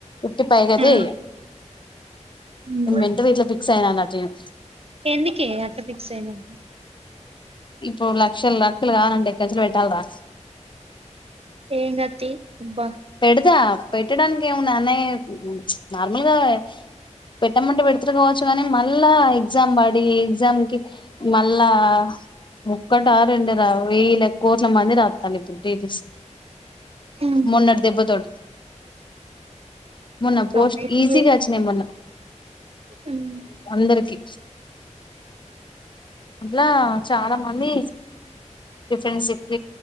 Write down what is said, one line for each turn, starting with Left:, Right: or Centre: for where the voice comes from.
Left: ఫిఫ్టీ పై కతే
Right: ఆ! హ్మ్.
Left: వెంట వీట్లో ఫిక్స్ అయినా అన్న నేను
Right: ఎందుకే అట్లా ఫిక్స్ అయినవు?
Left: ఇప్పు ల క్షలు లేక్కలు కావనంటె లు పెట్టాలరా
Right: ఏం గాదు తీ అబ్బా!
Left: పెడదా పెట్టడానికి ఏమన్నాన్న నార్మల్గా పెట్టమంటే పెడుతురు కావచ్చు కానీ మళ్ళా ఎగ్జామ్ పడి ఎగ్జామ్ కి మళ్ళా ముక్కట రండి రా వయ్యల మంది రాతాల ఇ
Right: హ్మ్.
Left: మొన్నటి దెబ్బ తటి మొన్న పోస్ట్
Right: రాయట్లే.
Left: ఈజీగాచ్చిన మొన్న
Right: హ్మ్.
Left: అందరికి అట్లా చాలా మంది ఇ ఫప్